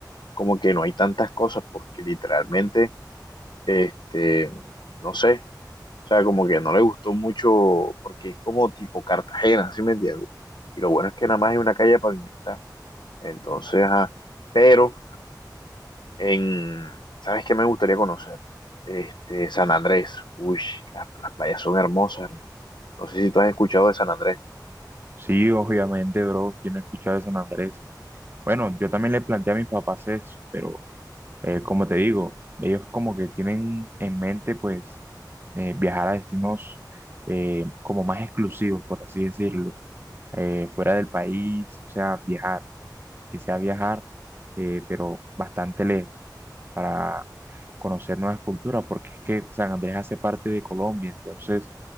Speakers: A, on the left; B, on the right.
A: como que no hay tantas cosas porque literalmente, este, no sé. O sea, como que no le gustó mucho porque es como tipo Cartagena, ¿sí me entiendes? Y lo bueno es que nada más hay una calle pavimentada. Entonces, ajá. pero en, ¿sabes qué me gustaría conocer? Este, San Andrés. Uy, las, las playas son hermosas, hermano. No sé si tú has escuchado de San Andrés.
B: Sí, obviamente, bro, quién no ha escuchado de San Andrés. Bueno, yo también le planteé a mis papás eso, pero eh, como te digo, ellos como que tienen en mente pues eh, viajar a destinos eh, como más exclusivos, por así decirlo eh, fuera del país, o sea, viajar, que sea viajar, eh, pero bastante lejos, para conocer nuevas culturas, porque es que San Andrés hace parte de Colombia, entonces